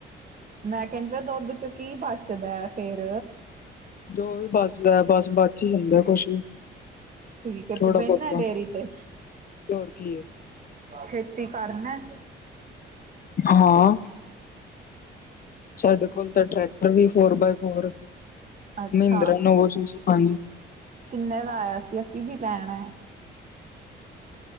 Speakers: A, on the right; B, on the left.
A: ਮੈਂ ਕਹਿੰਣ ਪਿਆ, ਦੁੱਧ ਚੋਂ ਕੀ ਬਚਦਾ ਫੇਰ?
B: ਜੋ ਵੀ, ਬਚਦਾ ਬਸ ਬਚ ਹੀ, ਜਾਂਦਾ ਕੁਛ ਵੀ।
A: ਠੀਕ ਹੈ।
B: ਥੋੜਾ
A: ਤੂੰ ਬਹਿੰਨਾ
B: ਬਹੁਤਾ
A: ਡੇਅਰੀ ਤੇ।
B: ਹੋਰ ਕੀ ਏ
A: ਖੇਤੀ ਕਰਨਾ।
B: ਹਾਂ। ਸਾਡੇ ਕੋਲ ਤਾਂ, ਟਰੈਕਟਰ ਵੀ ਫੋਰ ਬਾਏ ਫੋਰ।
A: ਅੱਛਾ
B: ਮਹਿੰਦਰਾ ਨੋਵੋ, ਸੀ ਸੀ ਪੰਜ।
A: ਕਿੰਨੇ ਦਾ, ਆਇਆ ਸੀ। ਅਸੀਂ ਵੀ ਲੈਣਾ ਐ।